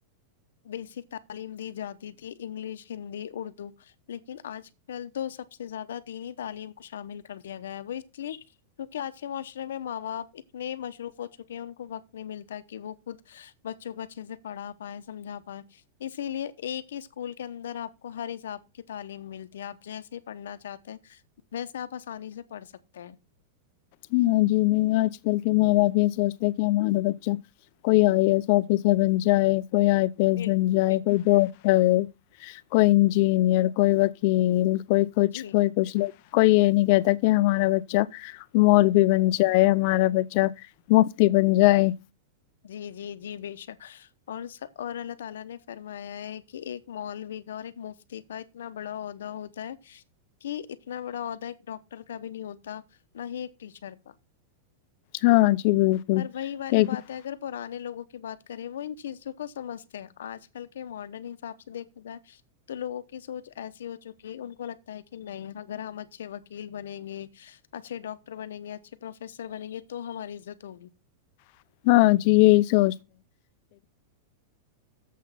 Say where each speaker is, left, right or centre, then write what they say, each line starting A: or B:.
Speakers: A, on the left; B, on the left.
A: بیسک تعلیم دی جاتی تھی انگلش ہندی اردو لیکن آج کل تو سب سے زیادہ دینی تعلیم کو شامل کر دیا گیا ہے وہ اس لیے کیونکہ آج معاشرے میں ماں باپ اتنے مصروف ہو چکے کے ان کو وقت نہیں ملتا کہ وہ خود بچوں کو اچھے سے پڑھا پائے سمجھا پائے اسی لیے ایک ہی اسکول کے اندر آپ کو ہر حساب کی تعلیم ملتی ہے آپ جیسے ہی پڑھنا چاہتے ہیں ویسے آپ آسانی سے پڑھ سکتے ہیں
B: ہاں جی نہیں آج کل کے ماں باپ یہ سوچتے کہ ہمارا بچہ کوئی آئی اے ایس آفیسر بن جائے کوئی آئی پی ایس
A: بالکل
B: بن جائے
A: بالکل
B: کوئی کورس کریں کوئی انجینیئر کوئی وکیل کوئی کچھ
A: جی
B: کوئی کچھ نہیں کوئی یہ نہیں کہتا کہ ہمارا بچہ مولوی بن جائے جائے ہمارا بچہ مفتی بن جائے
A: جی جی جی بے شک اور اور اللہ تعالی نے فرمایا ہے کہ ایک مولوی کا اور ایک مفتی کا اتنا بڑا عہدہ ہوتا ہے کہ اتنا بڑا عہدہ ایک ڈاکٹر کا بھی نہیں ہوتا نہ ہی ایک ٹیچر کا
B: ہاں جی بالکل
A: پر وہی والی
B: لیکن
A: بات ہے اگر پرانے لوگوں کو کی بات کریں وہ ان چیزوں کو سمجتے ہیں آج کل کے ماڈرن حساب سے دیکھا جائے تو لوگوں کی سوچ ایسی ہو چکی ہے ان کو لگتا ہے کہ نہیں اگر ہم اچھے وکیل بنیں گے اچھے ڈاکٹر بنیں گے اچھے پروفیسر بنیں گے تو ہماری عزت ہوگی
B: <unintelligible> درجے